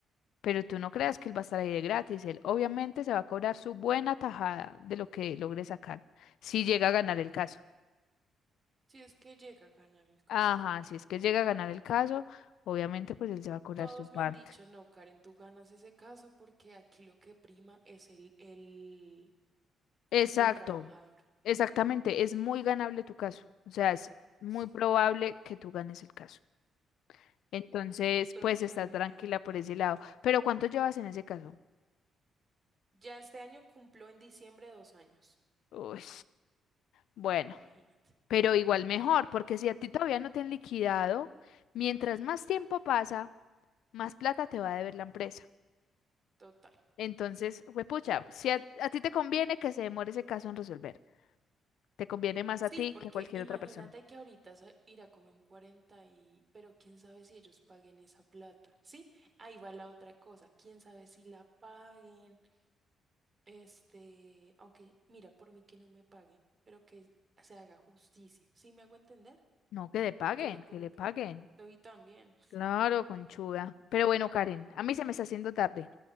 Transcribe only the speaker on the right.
Si es que llega a ganar el caso.
Todos
me han dicho, no, Karen, tú ganas ese caso porque aquí lo que prima es el, el,
el trabajador.
Sí,
totalmente.
Ya este año cumplo en diciembre dos años,
imagínate.
Total.
Sí,
porque
imagínate
que ahorita se irá como en 40 y, pero quién sabe si ellos paguen esa plata, ¿sí? Ahí va la otra cosa, quién sabe si la paguen, este, aunque mira, por mí que no me paguen, pero que se haga justicia, ¿sí me hago entender?
Que le coloquen.
No, y también.